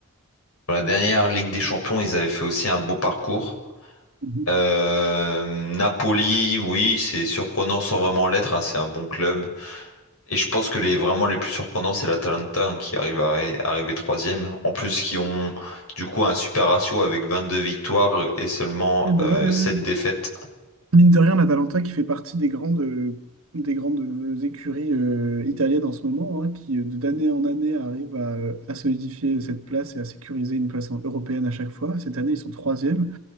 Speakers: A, on the left; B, on the right.
A: Pour la dernière Ligue des Champions, ils avaient fait aussi un beau parcours.
B: Mhm.
A: Euh, Napoli, oui, c'est surprenant sans vraiment l'être, hein, c'est un bon club. Et je pense que les vraiment les plus surprenants, c'est l'Atalanta hein, qui arrive à arriver troisième. En plus, qui ont du coup un super ratio avec 22 victoires et seulement
B: Eh ben
A: euh,
B: ouais, ouais,
A: 7
B: ouais.
A: défaites.
B: Mine de rien, l'Atalanta qui fait partie des grandes, euh, des grandes euh, écuries euh, italiennes en ce moment, hein, qui euh, d'année en année arrivent à, euh, à solidifier cette place et à sécuriser une place en- européenne à chaque fois. Cette année, ils sont troisième.